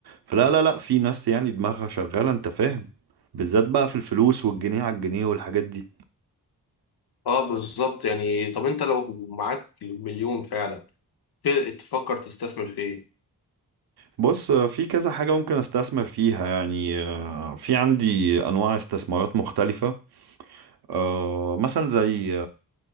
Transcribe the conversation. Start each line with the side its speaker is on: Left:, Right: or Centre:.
Right: فلا لا لا في ناس يعني دماغها شغالة انت فاهم بالذات بقى في الفلوس والجنيه على الجنيه والحاجات دي
Left: اه بالظبط يعني طب انت لو معاك مليون فعلا ت- تفكر تستثمر في ايه
Right: بص آه، في كذا حاجة ممكن استثمر فيها يعني آه، في عندي انواع استثمارات مختلفة آه، مثلا زي